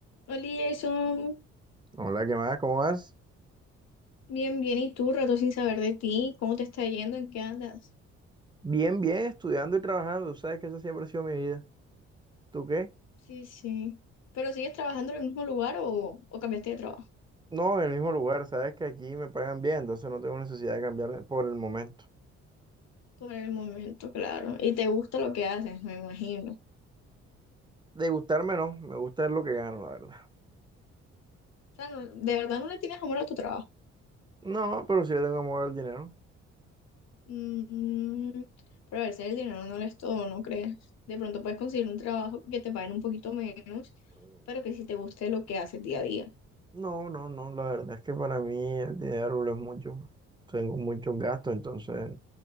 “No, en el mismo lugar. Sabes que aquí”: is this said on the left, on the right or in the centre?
Right